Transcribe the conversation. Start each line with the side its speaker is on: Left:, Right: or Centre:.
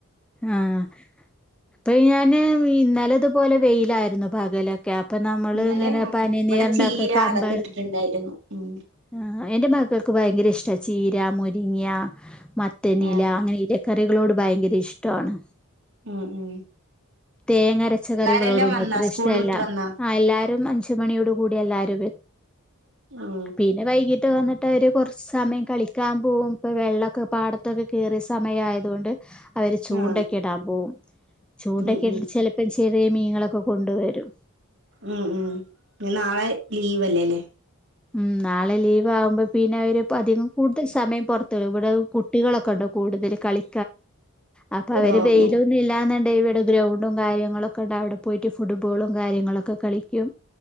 Centre: ആഹ അപ്പ ഞാന് ഇന്നലെ ഇതുപോലെ വെയിലായിരുന്നു പകല ക്കെ അപ്പൊ നമ്മള്
Right: ഇന്നലെ
Centre: ഇങ്ങനെ
Right: ആഹ്
Centre: പന
Right: ഇവിടെ
Centre: നീർണ്ടാക്കെ
Right: ചീര
Centre: കമ്പ
Right: അതൊക്കെ ഇട്ടിട്ടുണ്ടായിരുന്നു ഉം
Centre: ആ എന്റെ മക്കൾക്ക് ഭയങ്കര ഇഷ്ട ചീരാമൂ രിങ്ങ മത്തനില
Right: ആഹ്
Centre: അങ്ങനെ ഇരക്കറികളോട് ഭയങ്കര ഇഷ്ടമാണ്
Right: ഉം ഉം
Centre: തേങ്ങ അരച്ചക്കറികളോടൊന്നും
Right: പിള്ളേരെല്ലാം വന്നാ
Centre: അത്ര
Right: സ്കൂൾ
Centre: ഇഷ്ടമല്ല
Right: വിട്ട് വന്നാ
Centre: ആ എല്ലാവാരും അഞ്ചു മണിയോട കൂടി എല്ലാവരും
Right: ഉം
Centre: പിന്നെ വൈകിട്ട് വന്നിട്ട് അവര് കൊറച്ച് സമയം കളിക്ക ക്ൻമ്പ പോകും ഇപ്പൊ വെള്ളൊക്കെ പാടത്തൊക്കെ കേയറിയ സമയയതുകൊണ്ട് അവര് ചൂണ്ടൊക്കെ
Right: ആഹ്
Centre: ഇടാൻ പോകും ചൂണ്ടൊക്കെ
Right: ഉം ഉം
Centre: ഇട്ടട്ട് ചിലപ്പം ചെയ അത്രയും മീങ്ങളൊക്കെ കൊണ്ടുവരും
Right: ഉം ഉം ന നാളെ ലീവ്ല്ലേല്ലേ
Centre: ഉം നാളെല്ല ആകുമ്പോ പിന്നെ അവര് അധികം കൂടുതൽ സമയം പുറത്തുള്ളും ഇവിടെ കുട്ടികളൊക്കെ ഉണ്ടോ കൂടുതൽ കളി അപ്പൊ അവര്
Right: ഓ
Centre: വെയിലൊന്നും
Right: ഓ
Centre: ഇല്ലാന്ന ഇ ഇവിടെ ഗ്രൗണ്ടും കാര്യങ്ങളൊക്കെ ഉണ്ട് അവിടെ പോയിട്ട് ഫുട്ബ ഫബോളും കാര്യങ്ങളൊക്കെ കളിക്കും